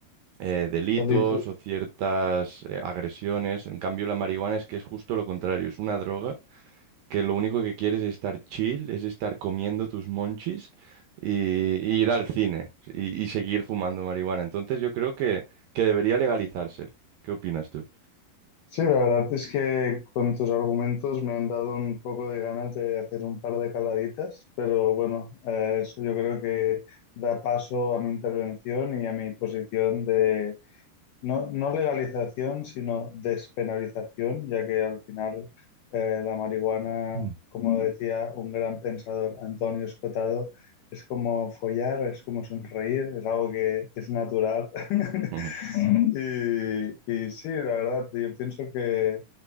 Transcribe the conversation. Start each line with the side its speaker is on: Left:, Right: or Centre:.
Right: eh, delitos
Left: Delitos.
Right: o ciertas eh, agresiones. En cambio, la marihuana es que es justo lo contrario, es una droga que lo único que quieres es estar chill, es estar comiendo tus monchis y, y ir al cine y, y seguir fumando marihuana. Entonces yo creo que, que debería legalizarse. ¿Qué opinas tú?
Left: Sí, la verdad es que con tus argumentos me han dado un poco de ganas de hacer un par de caladitas, pero bueno, eh, eso yo creo que da paso a mi intervención y a mi posición de No, no legalización, sino despenalización, ya que al final eh, la marihuana,
Right: Mm.
Left: como Mm. decía un gran pensador, Antonio Escotado, es como follar, es como sonreír, es algo que es natural. <laughs>
Right: <laughs>
Left: Mm. Y, y sí, la verdad, yo pienso que